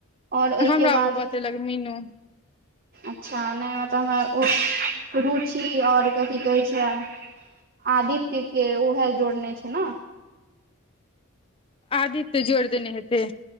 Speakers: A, on the right (about 45°); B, on the left (about 25°).
A: आओर ओइ
B: हमरा
A: केँ बाद
B: ओ बतेलक मीनू
A: अच्छा नय मतलब हमरा ओ रुचि आओर कथि कहै छै आदित्य केँ ओहै जोड़ने छै नऽ
B: आदित्य जोइड़ देने हेतै